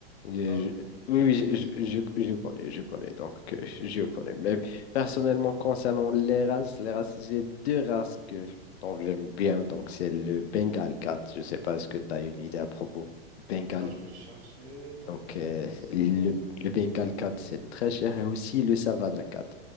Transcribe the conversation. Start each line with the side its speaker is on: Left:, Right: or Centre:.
Left: Je-
Right: Bah,
Left: je-
Right: je, Blue
Left: oui,
Right: je
Left: oui,
Right: pense
Left: je,
Right: que
Left: je,
Right: c'est ça.
Left: je- je connais, je connais, donc euh, je connais. Mais personnellement, concernant les races, les races, j'ai deux races que, dont j'aime bien. Donc, c'est le Bengal cat. Je ne sais pas ce que tu as une idée à propos du Bengal.
Right: Bah, je peux chercher. Benga
Left: Donc,
Right: Cat,
Left: euh,
Right: un instant.
Left: le, le Bengal cat, c'est très cher. Et aussi le Savannah cat.